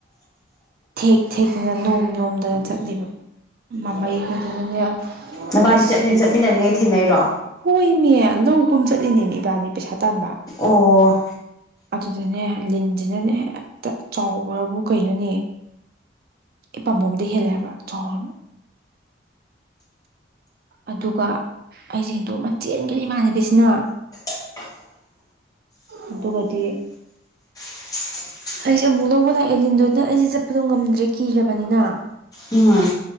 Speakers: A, on the right (about 50°); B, on the left (about 20°).
A: ꯊꯦꯛ ꯊꯦꯛꯇꯅ ꯅꯣꯝ ꯅꯣꯝꯗꯅ ꯆꯠꯂꯤꯕ ꯃꯃꯩꯒꯗꯨꯅ ꯅꯦ
B: ꯅꯕꯥꯅꯤ
A: ꯏꯁ
B: ꯆꯠꯅꯤ
A: ꯕꯦꯝꯃ
B: ꯆꯠꯃꯤꯟꯅꯔꯤꯉꯩ ꯊꯦꯡꯅꯩꯔꯣ
A: ꯍꯣꯏꯃꯤ ꯂꯧ ꯀꯨꯝ ꯆꯠꯂꯤꯅꯦ ꯏꯕꯥꯅꯤ ꯄꯩꯁꯥ ꯇꯥꯟꯕ
B: ꯑꯣ
A: ꯑꯗꯨꯗꯅꯦ ꯂꯤꯟꯁꯤꯅꯅꯦ ꯍꯦꯛꯇ ꯆꯥꯎꯕ꯭ꯔꯕꯨ ꯀꯩꯅꯣꯅꯦ ꯄꯥꯝꯕꯣꯝꯗ ꯍꯦꯜꯂꯦ ꯍꯥꯏꯕ ꯆꯥꯎ ꯑꯗꯨꯒ ꯑꯩꯁꯦ ꯍꯦꯟꯗꯣꯛꯑꯝꯃ ꯆꯦꯟꯒ꯭ꯔꯦ ꯏꯃꯥꯟꯅꯕꯤꯁꯤꯅ
B: <inaudible>
A: ꯑꯗꯨꯒꯗꯤ
B: <inaudible>
A: ꯑꯩꯁꯦ ꯑꯃꯨꯛ ꯂꯧꯕ ꯂꯥꯛꯑꯦ ꯂꯤꯟꯗꯨꯅ ꯑꯩꯁꯦ ꯆꯠꯄꯗꯣ ꯉꯝꯗ꯭ꯔꯦ ꯀꯤꯔꯕꯅꯤꯅꯥ
B: ꯎꯝ